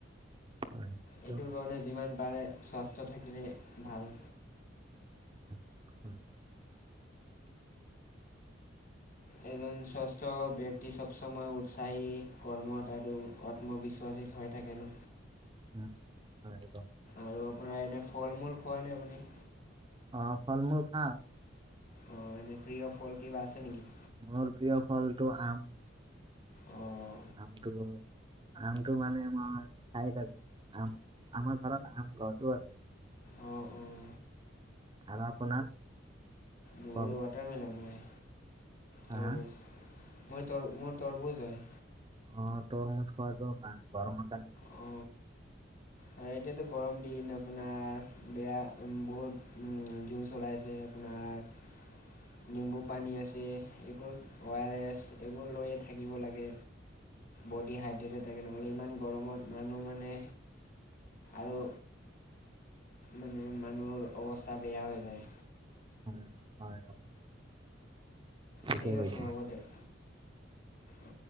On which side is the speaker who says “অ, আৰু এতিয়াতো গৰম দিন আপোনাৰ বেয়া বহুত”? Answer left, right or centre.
Left